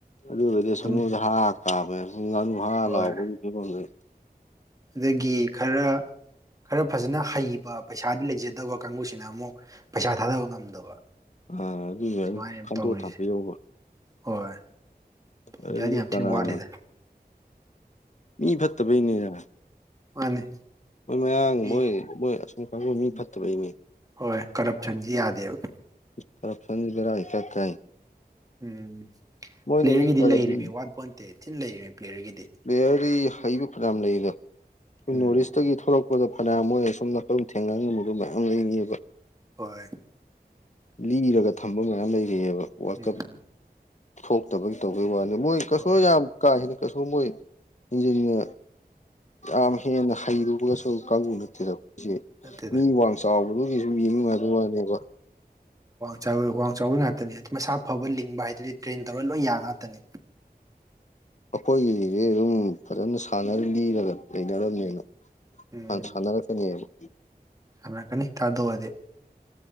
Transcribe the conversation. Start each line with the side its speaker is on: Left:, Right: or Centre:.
Left: ꯑꯗꯨ ꯑꯣꯏꯗꯤ
Right: ꯑꯗꯨꯝ
Left: ꯁꯣꯒꯣꯗ ꯍꯥ ꯍꯥ ꯀꯥꯝꯕ ꯁꯨ ꯉꯅꯨ ꯍꯥꯍꯥ
Right: ꯍꯣꯏ
Left: ꯂꯥꯎꯕꯒꯤ ꯀꯩꯅꯣꯝ ꯂꯩ
Right: ꯑꯗꯒꯤ ꯈꯔ ꯈꯔ ꯐꯖꯅ ꯍꯩꯕ ꯄꯩꯁꯥꯗꯤ ꯂꯩꯖꯗꯕ ꯀꯥꯡꯕꯨꯁꯤꯅ ꯑꯃꯨꯛ ꯄꯩꯁꯥ ꯊꯥꯗꯕ ꯉꯝꯗꯕ
Left: ꯑ ꯑꯗꯨꯗ
Right: ꯁꯨꯃꯥꯏꯅ
Left: ꯑꯗꯨꯝ ꯈꯟꯗꯣꯛꯑ
Right: ꯇꯧꯔꯤꯁꯦ
Left: ꯊꯝꯕꯤꯔꯧꯕ
Right: ꯍꯣꯏ ꯌꯥꯅꯤ
Left: ꯑꯗꯨꯗꯤ
Right: ꯌꯥꯝ ꯊꯤꯅ
Left: ꯀꯅꯥꯅ
Right: ꯋꯥꯠꯂꯤꯗ
Left: ꯃꯤ ꯐꯠꯇꯕꯩꯅꯤꯅ
Right: ꯃꯥꯅꯤ
Left: ꯃꯣꯏ ꯃꯌꯥꯡ
Right: ꯃꯤ
Left: ꯃꯣꯏ ꯃꯣꯏ ꯑꯁꯨꯝ ꯀꯥꯡꯕꯨ ꯃꯤ ꯐꯠꯇꯕꯩꯅꯦ
Right: ꯍꯣꯏ ꯀꯔꯞꯁꯟꯖꯤ ꯌꯥꯗꯦꯕ
Left: ꯀꯔꯞꯁꯟꯖꯤ ꯕꯦꯔꯥ ꯏꯀ ꯀꯥꯏ
Right: ꯎꯝ
Left: ꯃꯣꯏꯅ
Right: ꯄ꯭ꯂꯦꯌꯔꯒꯤꯗꯤ
Left: ꯃꯤ ꯐꯔꯗꯤ
Right: ꯂꯩꯔꯤꯃꯤ ꯋꯥꯠꯄꯣꯟꯇꯦ ꯊꯤꯟ ꯂꯩꯔꯤꯃꯤ ꯄ꯭ꯂꯦꯌꯔꯒꯤꯗꯤ
Left: ꯞꯂꯦꯌꯔꯗꯤ ꯍꯩꯕ ꯐꯅꯥꯝ ꯂꯩꯗ ꯑꯩꯈꯣꯏ
Right: ꯎꯝ
Left: ꯅꯣꯔꯠ ꯏꯁꯇꯒꯤ ꯊꯣꯛꯂꯛ ꯄꯗ ꯐꯅꯥꯝ ꯃꯣꯏ ꯑꯁꯨꯝꯅꯀꯜ ꯊꯦꯡꯅ ꯉꯝꯃꯣꯏꯗꯕ ꯃꯌꯥꯝ ꯂꯩꯅꯤꯑꯦꯕ
Right: ꯍꯣꯏ
Left: ꯂꯤꯔꯒ ꯊꯝꯕ ꯃꯌꯥꯝ ꯂꯩꯔꯤꯑꯦꯕ ꯋꯥꯔꯜ
Right: ꯎꯝ
Left: ꯀꯞ ꯊꯣꯛꯇꯕꯒꯤ ꯇꯧꯕꯩ ꯋꯥꯅꯤ ꯃꯣꯏ ꯀꯩꯁꯨ
Right: ꯍꯣꯏ
Left: ꯌꯥꯝ ꯀꯥ ꯍꯦꯟꯅ ꯀꯩꯁꯨ ꯃꯣꯏ ꯏꯟꯖꯤꯟꯅ ꯌꯥꯝ ꯍꯦꯟꯅ ꯍꯩꯔꯨꯕꯒꯁꯨ ꯀꯥꯡꯕꯨ ꯅꯠꯇꯦꯗ ꯆꯦ
Right: ꯅꯠꯇꯦꯗ
Left: ꯃꯤ ꯋꯥꯡ ꯆꯥꯎꯕꯗꯨꯒꯤꯁꯨꯨꯝ ꯌꯦꯡ ꯅꯨꯉꯥꯏꯕꯩꯋꯥꯅꯦꯕ ꯑꯣ
Right: ꯁꯥꯏ ꯃꯔꯨ ꯋꯥꯡ ꯆꯥꯎꯕꯩ ꯉꯥꯛꯇꯅꯦ ꯑꯗꯨ ꯃꯁꯥ ꯐꯕ ꯂꯤꯡꯕ ꯍꯥꯏꯗꯨꯗꯤ ꯇ꯭ꯔꯦꯟ ꯇꯧꯔꯒ ꯂꯣꯏ ꯌꯥ ꯉꯥꯛꯇꯅꯤ
Left: ꯑꯩꯈꯣꯏꯒꯤꯗꯤ ꯑꯗꯨꯝ ꯐꯖꯅ ꯁꯥꯟꯅ ꯂꯤꯔꯒ ꯂꯩꯅꯔꯝꯅꯦꯅ
Right: ꯎꯝ
Left: ꯍꯥꯟ ꯁꯥꯟꯅꯔꯛꯀꯅꯦꯕ
Right: ꯁꯥꯟꯅꯔꯛꯀꯅꯤ ꯊꯥꯗꯣꯛꯑꯗꯤ